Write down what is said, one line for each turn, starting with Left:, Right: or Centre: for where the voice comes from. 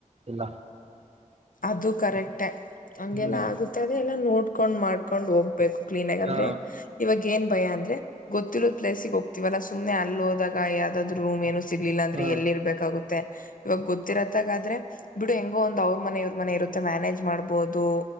Right: ಇಲ್ಲ.
Left: ಅದು ಕರೆಕ್ಟೆ ಹಂಗಗೆನ
Right: ಹ್ಮ್
Left: ಆಗುತ್ತೆ ಅದ ಎಲ್ಲ ನೋಡ್. ಕುಕೊಂಡ್ ಮಾಡ್ೊಂಡ ಹೋಗಿ. ೇಕು ಕ್ಲೀನ್ ಆಗ ಅಂದ್ರೆ
Right: ಹ
Left: ಇವಾಗ. ಏನ್ ಭಯ ಅಂದ್ರ ಗೊಿರೋದ ಪ್ಲೇಸ್ಿಗೆ ಹೋಗ್ತತಿವಲ್ಲಾ ಸುಮ್ಮನೆ ಅಲ್ಲಿೋದಾಗ ಯಾವ್ದಾದ್ೂ ರೂಮ್ ಏನು. ಸಿಗ್ಲಿಲ್ಲ ಅಂದ್ರೆ
Right: ಹ
Left: ಎಲ್ಲಿ ಇರ್ಬೇಕಾಗುತ್ತೆ. ಇವಾಗ ಗೊತ್ತಿರತ್ತಾಗ ಆದ್ರೆ ಬಿಡು ಹೆಂಗೋ ಒಂದ್ ಅವ್ರ ಮನೆ ಇರುತ್ತೆ. ಮನೆ ಇರುತ್ತೆ ಮ್ಯಾನೇಜ್ ಮಾಡ್ಬೋದು.